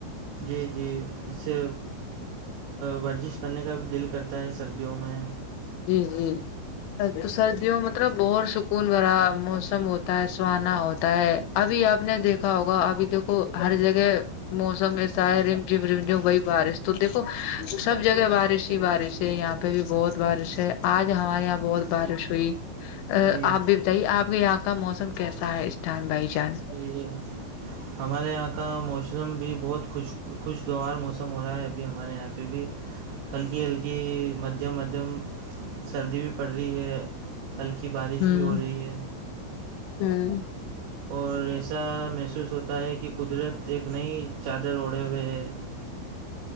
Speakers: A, on the right; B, on the left.
A: جی جی اس سے ورزش کرنے کا بھی دل کرتا ہے سردیوں میں
B: جی جی تو سردیوں مطلب بہت سکون بھرا موسم ہوتا ہے سہانا ہوتا ہے ابھی آپ نے دیکھا ہوگا ابھی دیکھو ہر جگہ موسم ایسا ہے رم جم رم جھم وہی بارش تو دیکو سب جگہ بارش ہی بارش یہاں پہ بھی بہت بارش ہے آج ہمارے یہاں بہت بارش ہوئی ا
A: جی
B: آپ بھی جی آپ کے یہاں کا موسم کیسا ہے اسٹم بھائی جان
A: ج ہے <inaudible> ہمارے یہاں کا موسم بھی بہت خوش خوشگوار موسم ہو رہا ہے ابھی ہمارے یہاں پہ بھی ہلکی ہلکی مدھیم مدھیم سردی بھی پڑ رہی ہے ہلکی بارش
B: ہوں
A: بھی ہو رہی ہے
B: ہوں
A: اور ایسا محسوس ہوتا ہے کہ قدرت ایک نئی چادر اوڑھے ہوئے ہے